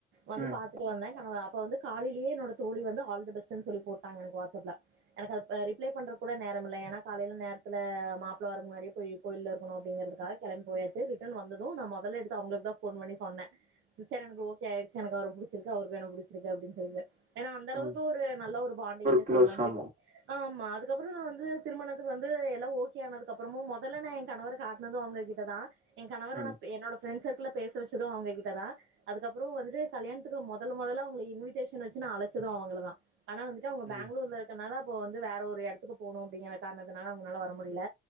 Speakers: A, on the right; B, on the right.
A: வந்து
B: உம்
A: பாத்துட்டு வந்தே அப்ப வந்து காலையிலயே என்னோட தோழி வந்து ஹால்த பேஸ்ட் சொல்லி போட்டாங்க வாட்ஸ் ஆப்ல அதுக்கு ரிப்லே பண்ரதுக்கு கூட நேரம்மில்லா காலையில நேரத்துல மாப்பிள வரக்கு முன்னாடியே போயி கோயில்ல இருக்கனு அப்பிடிங்கருதுக்காக கெளம்பி போயாச்சி ரிடன் வந்தது நா மொதல் எடுத்து அவங்களுக்கு தா நா போன் பன்னி சொன்னெ சிஸ்டர் எக்கு ஓக்கே ஆகிடுச்சு எனக்கு அவர புடிச்சி ருக்கு அவருக்கு என்ன புடிச்சிருக்க அப்பின்னு சொல்லிட்டு ஏன்னா அந்த அளவுக்கு
B: ம்.
A: ஒரு நல்ல ஒரு பாண்டிங்ன்ன
B: க்ளோஸ்
A: சொல்லலாம் கேட்டது
B: ஆமா
A: ஆ ஆமா அது அதுக்கப்புறம் நா வந்து திருமணத்துக்கு வந்து எல்லா ஓகே ஆனதுக்கப்புறமு மொதல்ல நா எங் கணவர காட்டுனது அவங்க கிட்டதா எ கணவர
B: ம்
A: நா என்னோட ஃப்ரண்ட் ஸர்க்கிள பேச வச்சது அவங்ககிட்டதா அதுக்கப்பறொ வந்துட்டு கல்யாணத் துக்கு மொதல் மொதல்லா அவங்கள இன்விட்டேஷன் வச்சு நா அழைச்சது அவங்களதா ஆனா வந்துட்டு அவங்க
B: ம்
A: பெங்களூர்ல இருக்கனால ப்போ வந்து வேற ஒரு எடத்துக்கு போனும் அப்படிங்கிற காரணத்துனால அவங்னால வர முடியல